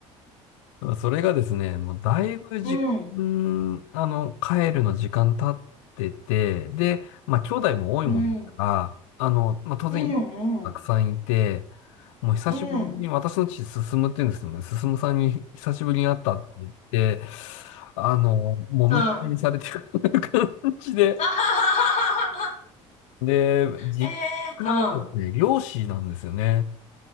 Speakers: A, on the left; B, on the left.
A: それがですね、もうだいぶ時間、
B: うん、
A: あの、帰るの時間経ってて、で、まあ、兄弟も多いもんですから、
B: うん、
A: あの、まあ、当然、
B: うん、うん、
A: たくさんいて、
B: うん、
A: もう久しぶりに私の父、
B: うん、
A: 進むって言うんですけどね、進さんに久しぶりに会ったって言って、あの、もみくちゃにされてる
B: うん。
A: <laughs> 感じで、
B: <laughs>
A: で、実家がですね、
B: ええは
A: 漁師なんですよね。